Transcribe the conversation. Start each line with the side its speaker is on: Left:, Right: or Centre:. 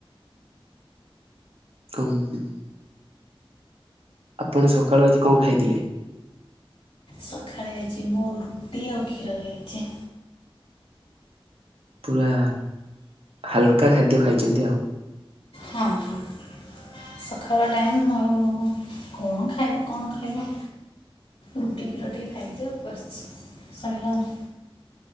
Right: ଗୁମ ଆପଣ ସକାଳୁ ଆଜି କଣ ଖାଇଥିଲେ?
Left: ସକାଳେ ହେଇଛି ମୁଁ ରୁଟି ଆଉ କ୍ଷୀର ଖାଇଛି।
Right: ପୁରା ହାଲକା ଖାଦ୍ୟ ଖାଇଛନ୍ତି ଆଉ।
Left: ହଁ ହଁ। ସକାଳ ଟାଇମ୍ ଆଉ କଣ ଖାଇବା କଣ ଖାଇବା। ରୁଟି କ୍ଷୀର ଟିକେ ଖାଇଦିଅ ବସ୍ ଶଇଲା ଆଉ।